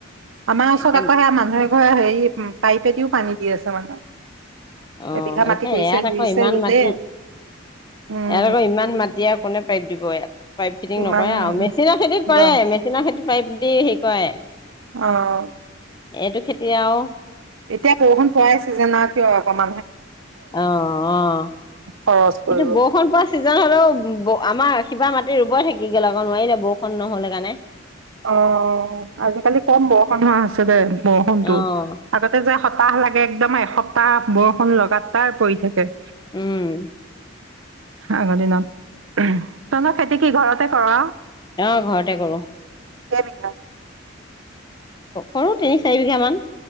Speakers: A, on the right (about 85°); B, on the left (about 20°).
A: আমাৰ ওচৰত
B: এতিয়া
A: আকৌ সেয়া মানুহে ঘৰ হেৰি উ পাইপে দিও পানী দি আছে মানে।
B: অ'
A: এবিঘা মাটি
B: এতিয়া
A: কৰিছে
B: ইয়াত
A: ৰুইছে
B: আকৌ ইমান
A: ৰুলে
B: মাটি
A: উম,
B: ইয়াত আকৌ ইমান মাটি আৰু কোনে পাইপ দিব ইয়াত পাইপ ফিটিং
A: কিমান
B: নকৰে আৰু মেচিনৰ খেতি কৰে
A: ল
B: মেচিনৰ খেতি পাইপ। দি হেৰি কৰে।
A: অ'
B: এইটো খেতি আও।
A: এতিয়া বৰষুণ পোৱাইছে ছিজনত কিয় অকণমা-
B: অ' অ' কিন্তু
A: খৰচ কৰিব।
B: বৰষুণ পোৱা চিজন হলেও আমাৰ। কিবা মাটি ৰুব থাকি গ'ল আকৌ নোৱাৰিলে বৰষুণ নহ'লে কাৰণে।
A: অ' আজিকালি কম বৰষুণ হোৱা আছে দে। বৰষুণটো
B: অ
A: আগতে যায়। সপ্তাহ লাগে একদম এসপ্তাহ বৰষুণ লগা তাৰ পৰি থাকে।
B: উম
A: আগৰ দিনত ত খেতি কি ঘৰতে কৰ?
B: অ ঘৰতে কৰো।
A: কেইবিঘা
B: কৰো তিনি চাৰি বিঘা মান।